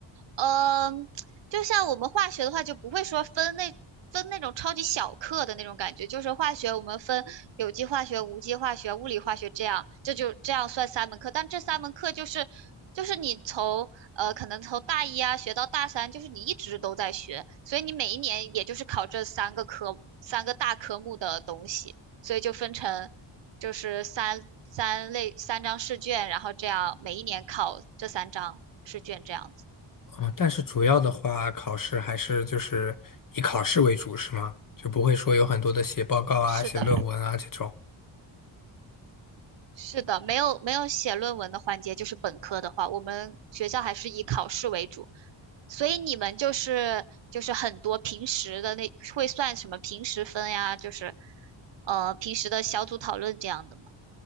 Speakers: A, on the right; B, on the left.
A: 嗯，就像我们化学的话，就不会说分那分那种超级小课的那种感觉，就是化学我们分有机化学、无机化学、物理化学这样，这就这样算三门课。但这三门课就是就是你从呃可能从大一啊学到大三，就是你一直都在学，所以你每一年也就是考这三个科三个大科目的东西，所以就分成就是三三类三张试卷，然后这样每一年考这三张试卷这样子。
B: 嗯，但是主要的话，考试还是就是以考试为主，是吗？就不会说有很多的写报告啊、
A: 是的，
B: 写论文啊这种。
A: 是的，没有没有写论文的环节，就是本科的话，我们学校还是以考试为主，所以你们就是就是很多平时的那会算什么平时分呀，就是呃平时的小组讨论这样的吗？